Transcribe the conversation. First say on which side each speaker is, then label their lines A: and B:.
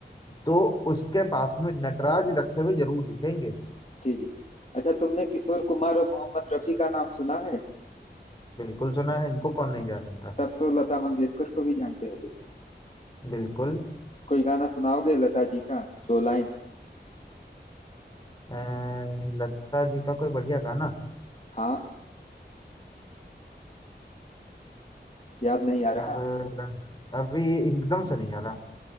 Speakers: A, on the left; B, on the left.
A: तो उसके पास में नटराज रखे हुए जरूर दिखेंगे
B: जी जी अच्छा तुमने किशोर कुमार और मोहम्मद रफी का नाम सुना है
A: बिल्कुल सुना है इनको कौन नहीं जानता
B: तब तो लता मंगेशकर को भी जानते होगे
A: बिल्कुल
B: कोई गाना सुनाओगे लता जी का दो लाइन
A: अ, लता जी का कोई बढ़िया गाना
B: हाँ याद नहीं आ रहा
A: अब अभी एकदम से नहीं आ रहा